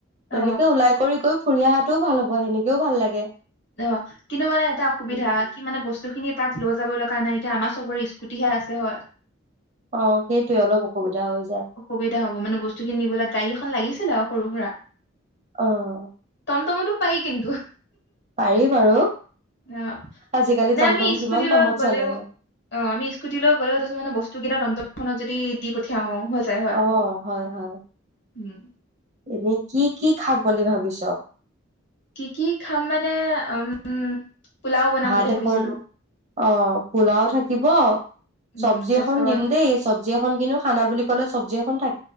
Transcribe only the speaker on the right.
এনেকে ওলাই কৰি গৈ? ফুৰি অহাটোও ভাল হ'ব সেনেকেও ভাল লাগে?
উম।
অ সেইটয়ে অলপ অসুবিধা? হৈ যায়
আহ।
পাৰি বাৰু।
আজিকালি
টমটম
কিমান কামত
চলে
আহ হয় হয়।
এনেই কি কি খাম বুলি ভাবিছ?
ভাত
এখন অ পোলাও থাকিব,
চব্জি
এখন দিম দেই চব্জি এখন কিন্তু খানা বুলি ক'লে। চবজি এখন থা।